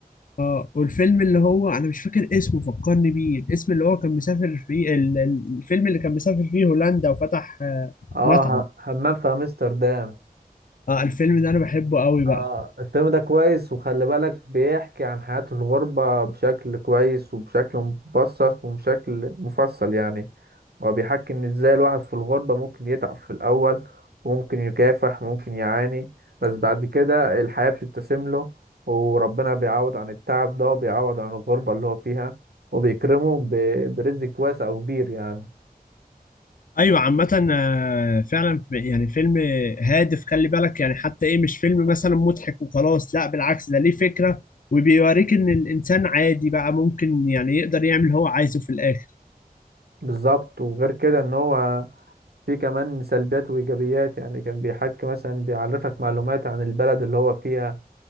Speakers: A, on the left; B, on the right.
A: اه والفيلم اللي هو انا مش فاكر اسمه فكرني بيه الاسم اللي هو كان مسافر فيه ال- ال- الفيلم اللي كان مسافر فيه هولندا وفتح آه،
B: اه
A: مطعم
B: ه- همام في امستردام
A: اه الفيلم ده انا بحبه قوي
B: اه
A: بقى
B: الفيلم ده كويس وخلي بالك بيحكي عن حياة الغربة بشكل كويس وبشكل مبسط وبشكل مفصل يعني هو بيحكي ان ازاي الواحد في الغربة ممكن يتعب في الاول وممكن يكافح وممكن يعاني بس بعد كده الحياة بتبتسم له وربنا بيعوض عن التعب ده وبيعوض عن الغربة اللي هو فيها وبيكرمه ب- برزق واسع وكبير يعني
A: ايوه عامة آه، فعلا ف- يعني فيلم هادف خلي بالك يعني حتى ايه مش فيلم مثلا مضحك وخلاص لا بالعكس ده ليه فكرة وبيوريك ان الانسان عادي بقى ممكن يعني يقدر يعمل اللي هو عايزه في الاخر
B: بالظبط وغير كده ان هو في كمان سلبيات وإيجابيات يعني كان بيحكي مثلا بيعرفك معلومات عن البلد اللي هو فيها